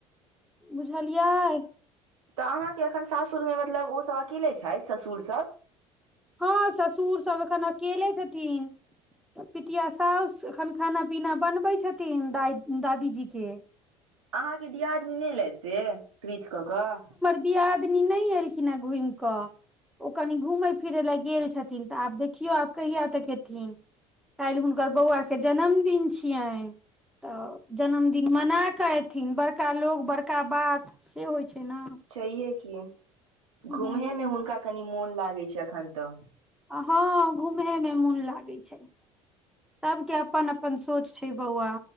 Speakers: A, in the centre; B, on the right (about 70°).
A: बुझलियै
B: त अहाँ केँ एखन सासुरमे मतलब ओसभ अकेले छथि ससुर सभ
A: हँ ससुर सभ एखन अकेले छथिन तऽ पितिया सास एखन खाना पीना बनबै छथिन द दादीजी के
B: अहाँकेँ दियादनी नहि ले से पृथ कऽ कऽ
A: दीयादनी नहि एलखिन हे घुमि कऽ ओ कनि घुमय फिरै लए गेल छथिन त आब देखियो आब कहिया तक एथिन काल्हि हुनकर बौआ के जन्मदिन छियनि त जन्मदिन मना क ऐथिन बड़का लोक बड़का बात से होइ छै ने
B: छैे की
A: हूँ
B: घूमेे मे हुनका कनि मोन लागै छै अखन तऽ
A: हँ घूमे मे मोन लागैत छै सबके अपन अपन सोच छै बौआ